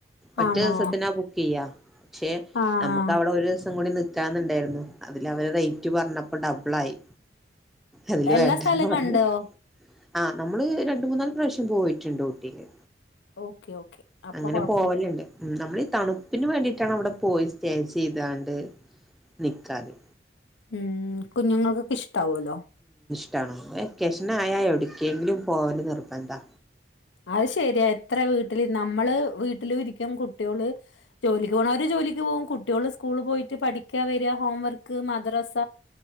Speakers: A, in the centre; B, on the left.
A: ഒറ്റ
B: ആണോ
A: ദിവസത്തിനാ ബുക്ക് ചെയ്യാ പക്ഷെ
B: ആഹ്
A: നമുക്ക് അവിടെ ഒരു ദിവസം കൂടി നി കാന്നുണ്ടായിരുന്നു അതില് അവര് റേറ്റ് പറഞ്ഞപ്പം ഡബിൾ ആയി അതില്
B: എല്ലാ
A: വേണ്ടന്ന്
B: സ്ഥലം
A: പറഞ്ഞ്
B: കണ്ടോ
A: ആഹ് നമ്മള് രണ്ട് മൂന്നാല് പ്രാവശ്യം പോയിട്ടുണ്ട് ഊട്ടിയില്
B: ഓക്കെ ഓക്കെ അപ്പൊ
A: അങ്ങനെ
B: കൊഴപ്പല്ല
A: പോവലുണ്ട് നമ്മളീ തണുപ്പിന് വേണ്ടിയിട്ടാണ് അവിടെ പോയി സ്റ്റേ ചെയ്താണ്ട് നിക്കാതെ
B: ഉം കുഞ്ഞുങ്ങൾക്കൊക്കെ ഇഷ്ടാവുല്ലോ
A: ട്ടാണ് വെക്കേഷൻ ആയ എവിട്ക്കേങ്കിലും പോവല് നിർബന്ദാ
B: അത് ശെരിയാ എത്ര വീട്ടില് നമ്മള് വീട്ടിലും ഇരി ക്കും കുട്ട്യോള് ജോലിക്ക് പോണോര് ജോലിക്ക് പോവും കുട്യോള് സ്കൂളി പോയിട്ട് പഠിക്കാ വര്യാ ഹോംവർക്ക് മദ്രസ